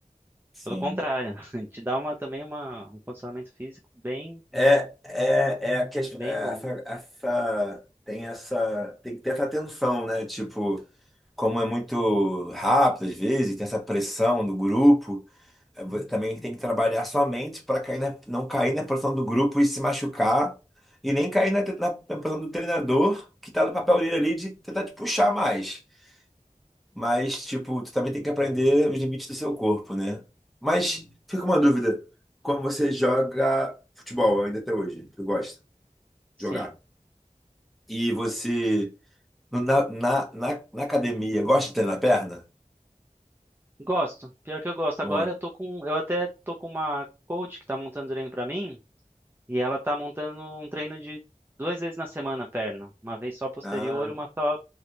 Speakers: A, in the centre; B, on the right.
A: Sim.
B: pelo contrário, <laughs> te dá uma também uma, um condicionamento físico bem,
A: É, é, é a ques-
B: bem
A: é
B: bom.
A: essa, essa, tem essa, tem que ter essa tensão, né? Tipo, como é muito rápido às vezes, tem essa pressão do grupo, é, vo- também tem que trabalhar sua mente para cair na- não cair na pressão do grupo e se machucar, e nem cair na, na, na pressão do treinador, que tá no papel dele ali de tentar te puxar mais. Mas, tipo, tu também tem que aprender os limites do seu corpo, né? Mas fica uma dúvida, quando você joga futebol ainda até hoje, tu gosta?
B: Sim.
A: jogar. E você, no- na, na, na, na academia, gosta de treinar a perna?
B: Gosto, pior que eu gosto.
A: Boa.
B: Agora eu tô com, eu até tô com uma coach que tá montando treino pra mim, e ela tá montando um treino de duas vezes na semana perna, uma vez só posterior
A: Ah,
B: e uma só